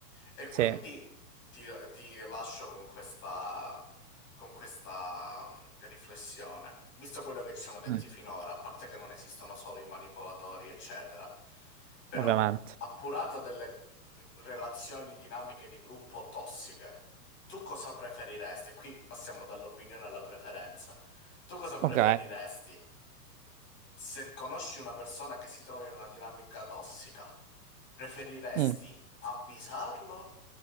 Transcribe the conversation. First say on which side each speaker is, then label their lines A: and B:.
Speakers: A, on the left; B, on the right.
A: E
B: Sì,
A: quindi ti, ti lascio con questa, con questa mm, riflessione. Visto quello che ci siamo detti
B: Mm,
A: finora, a parte che non esistono solo i manipolatori, eccetera, però
B: ovviamente.
A: appurato delle relazioni dinamiche di gruppo tossiche, tu cosa preferiresti? E qui passiamo dall'opinione alla preferenza. Tu cosa preferiresti?
B: Ok.
A: Se conosci una persona che si trova in una dinamica tossica, preferiresti
B: Mm,
A: avvisarlo